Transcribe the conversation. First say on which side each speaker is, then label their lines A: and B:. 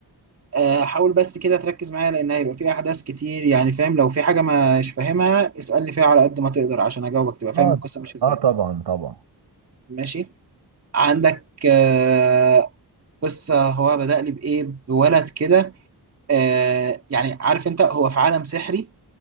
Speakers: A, on the right; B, on the right.
A: آه حاول بس كده تركز معايا لان هيبقى في احداث كتير يعني فاهم لو في حاجه مش فاهمها اسالني فيها على قد ما تقدر عشان اجاوبك تبقى فاهم
B: اه
A: القصه ماشيه ازاي
B: اه طبعا طبعا
A: ماشي عندك آه قصه هو بدأ لي بايه بولد كده آه يعني عارف انت هو في عالم سحري